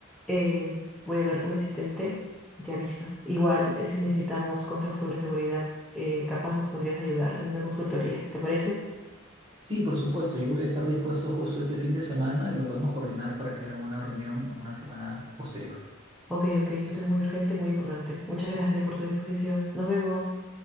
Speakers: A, in the centre; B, on the right.
A: Eh, voy a hablar con mi asistente y te aviso. Igual, eh, si necesitamos consejos sobre seguridad, eh, capaz nos podrías ayudar en una consultoría. ¿Te parece?
B: Sí, por supuesto, yo voy a estar dispuesto justo este fin de semana y lo podemos coordinar para que en una reunión en una semana posterior.
A: Ok, ok, esto es muy urgente, muy importante. Muchas gracias por tu disposición. Nos vemos.